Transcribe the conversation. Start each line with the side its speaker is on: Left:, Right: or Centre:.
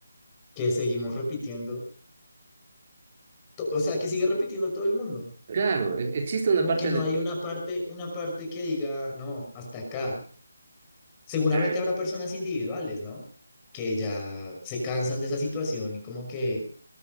Left: que seguimos repitiendo, to- o sea, que sigue repitiendo todo el mundo.
Right: Claro, e- existe una
Left: Como
Right: parte
Left: que no
Right: de...
Left: hay una parte, una parte que diga, no, hasta acá. Seguramente
Right: Ah,
Left: habrá personas individuales, ¿no? Que ya se cansan de esa situación y como que